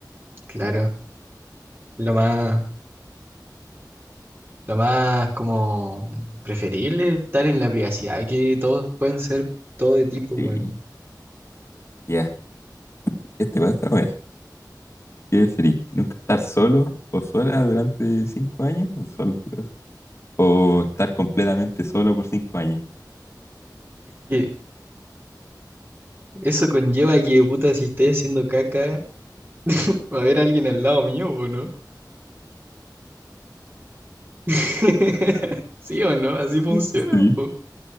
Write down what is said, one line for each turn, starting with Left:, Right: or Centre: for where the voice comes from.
Right: claro. Lo más, lo más como preferible es estar en la privacidad, que todos pueden ser todo de tipo,
Left: Sí,
Right: bueno.
Left: ya. Este va a estar bueno. ¿Qué preferís? ¿Nunca estar solo o sola durante cinco años? Solo en tu caso. O estar completamente solo por cinco años.
Right: Es que eso conlleva que, puta, si estoy haciendo caca, va a haber alguien al lado mío, po, ¿no? <laughs> ¿Sí o no? Así funciona,
Left: Mm. Sí,
Right: po.